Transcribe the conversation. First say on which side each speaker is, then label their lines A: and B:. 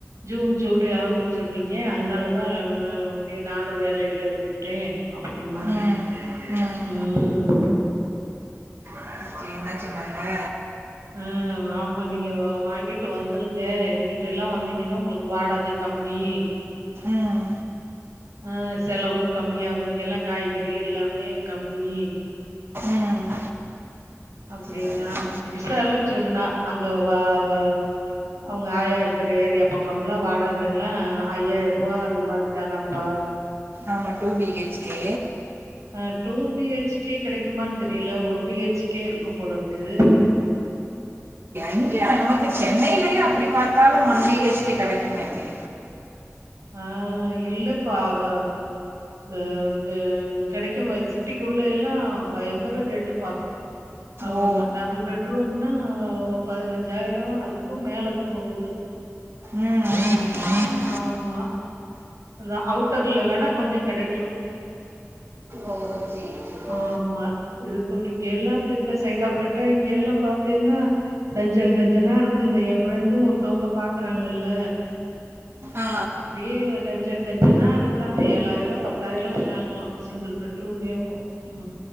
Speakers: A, on the right; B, on the right.
A: ஜ ஜூன் ஜூலை ஆகுன் சொன்னீங்க அதுனாலதா நானு வேலைல இருந்துட்டே அப்டின்னா
B: ம் ம்
A: உம்
B: சரி, என்ன சொன்னாங்க
A: அஹ் ஆமா நீங்க வ வாங்கிட்டு வந்துருங்க எங்கிட்டேலா வந்தீங்கனா உங்களுக்கு வாடகை கம்மி
B: ம்
A: அஹ் செலவு கம்மியாகு இங்கெல்லா காய்கறி எல்லாமே கம்மி
B: ம்
A: அப்டினா
B: சரி
A: விசாலு சொன்னா அங்க வ வ அவ்ங்க ஆயா இருக்கிற ஏரியா பக்கம்லா வாடகைலா ஐயாயிர்ருவா அந்த மாரி தானாம்ப்பா
B: ஆமா டூ பி ஹெச் கே
A: அஹ் டூ பி ஹெச் கே கெடைக்குமான் தெரியல ஒன் பி ஹெச் கே இருக்கு போல இருக்கு
B: இங்கெ நமக்கு சென்னைலயே அப்டி பாத்தாலு ஒன் பி ஹெச் கே கெடைக்குமே மே
A: ஆஹ் இல்லப் ப்பாவ வ கெ கெடைக்கும்பா சிட்டிக்குள்ள எல்லா பயங்கர ரேட்டுப்பா ஆமா
B: ஓ
A: டபுள் பெட்ரூம்னா பதினஞ்சாயிர அதுக்கு மேலதா போகுது
B: ம் ம்.
A: ஆமா அந்த அவுட்டர்ல வேணா கொஞ்ச கெடைக்கு
B: ஓ சரி சரி.
A: ஆமா இது தோழி இங்கேல்லா அப்டி இந்த சைதாப்பேட்ட இங்கேலா பாத்தீனா டஞ்சன் டஞ்சனா இருக்கு இந்த எ ஃப்ரெண்டு ஒருத்தவ்ங்க பாக்குறாங்கல்ல
B: ஆ
A: அப்டியே டஞ்சன் டஞ்சனா இருக்கா‌ ஏழாயிர பத்தாயிரங்கிறாங்களா சிங்கிள் பெட்ரூமேவு உஹிம்